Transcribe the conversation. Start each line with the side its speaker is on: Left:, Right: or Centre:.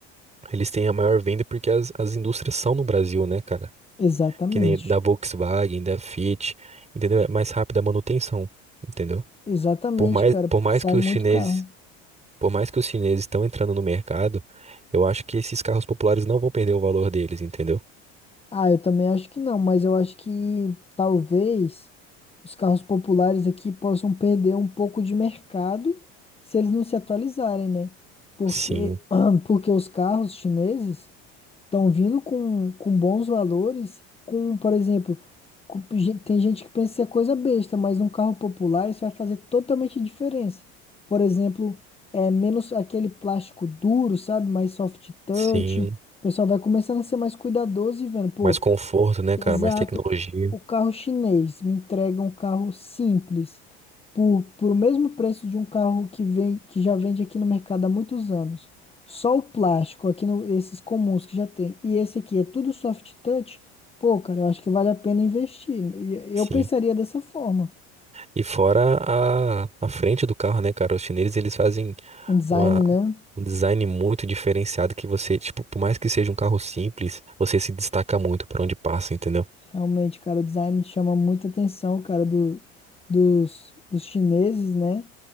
Right: eles têm a maior venda porque as, as indústrias são no Brasil, né, cara?
Left: Exatamente.
Right: Que nem da Volkswagen, da Fiat, entendeu? É mais rápida a manutenção, entendeu?
Left: Exatamente,
Right: Por mais,
Left: cara.
Right: por mais
Left: Sai
Right: que os
Left: muito
Right: chineses
Left: carro.
Right: Por mais que os chineses estão entrando no mercado, eu acho que esses carros populares não vão perder o valor deles, entendeu?
Left: Ah, eu também acho que não, mas eu acho que talvez os carros populares aqui possam perder um pouco de mercado se eles não se atualizarem, né? Porque,
Right: Sim,
Left: <clears throat> porque os carros chineses estão vindo com, com bons valores, com, por exemplo, com gen- tem gente que pensa que isso é coisa besta, mas num carro popular isso vai fazer totalmente diferença. Por exemplo, é menos aquele plástico duro, sabe? Mais soft touch.
Right: sim.
Left: O pessoal vai começando a ser mais cuidadoso e vendo, pô.
Right: Mais conforto, né,
Left: Exato.
Right: cara? Mais tecnologia,
Left: O carro chinês me entrega um carro simples por, por o mesmo preço de um carro que vem, que já vende aqui no mercado há muitos anos. Só o plástico, aqui no, esses comuns que já tem. E esse aqui é tudo soft touch. Pô, cara, eu acho que vale a pena investir. E
Right: sim.
Left: Eu pensaria dessa forma.
Right: E fora a, a frente do carro, né, cara? Os chineses, eles fazem
Left: Um design,
Right: uma,
Left: né?
Right: um design muito diferenciado que você, tipo, por mais que seja um carro simples, você se destaca muito por onde passa, entendeu?
Left: Realmente, cara, o design chama muita atenção, cara, do, dos, dos chineses, né?